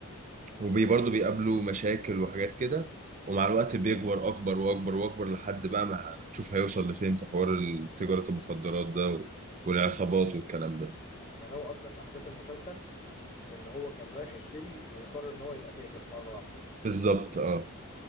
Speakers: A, on the right (about 35°); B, on the left (about 20°).
A: وبرضه بيقابله مشاكل وحاجات كده ومع الوقت بيكبر اكبر واكبر واكبر لحد بقى ما هتشوف هيوصل لفين في حوار ال- تجاره المخدرات ده و- والعصابات والكلام ده
B: يعني هو أصلا أحداث المسلسل إن هو كان رايح يشتري وقرر إن هو يبقى تاجر مرة واحدة
A: بالظبط اه